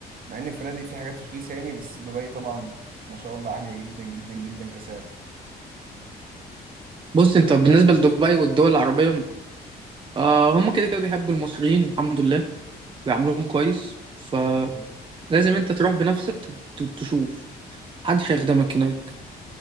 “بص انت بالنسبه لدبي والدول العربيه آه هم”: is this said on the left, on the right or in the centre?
Right